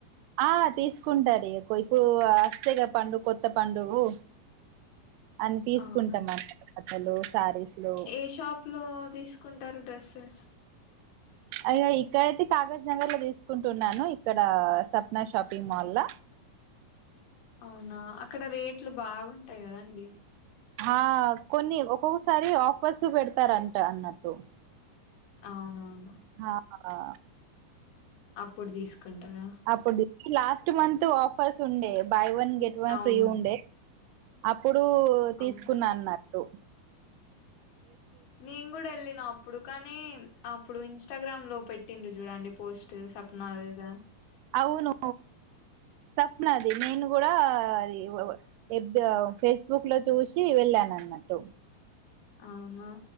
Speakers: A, on the right (about 90°); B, on the left (about 75°).
A: ఆ తీసుకుంటారు ఇప్పుడు వస్తే పండుగ కొత్త పండుగు అని తీసుకుంటాన్న
B: అవునా
A: కట్టలు శారీస్లు
B: ఏ షాప్ లో తీసుకుంటారు డ్రెస్సెస్
A: అయగ ఇక్కడైతే కాగజ్ నగర్ లో తీసుకుంటున్నాను. ఇక్కడ సప్నా షాపింగ్ మాల్లా.
B: అవునా అక్కడ రేట్లు బాగుంటాయి కదా అండి?
A: ఆ కొన్ని ఒక్కొక్కసారి ఆఫర్స్ పెడతారంట అన్నట్టు.
B: అవునా
A: ఆ హహ
B: అప్పుడు తీసుకుంటారా?
A: అప్పుడు లాస్ట్ మంత్ ఆఫర్స్ ఉండే buy one get one
B: అవును
A: free ఉండే. అప్ ఇప్పుడు తీసుకున్నాన్నట్టు
B: అవును నేను కూడా ఎళ్ళిన అప్పుడు కానీ నేమ్ అప్పుడు ఇన్స్టాగ్రామ్ లో పెట్టిండు చూడండి పోస్ట్ సప్నా లేదా
A: అవును సప్నది నేను కూడా ఎ ఓ వ్ ఎప్పివవ్ ఫేస్బుక్ లో చూసి వెళ్ళాను అన్నట్టు.
B: అవునా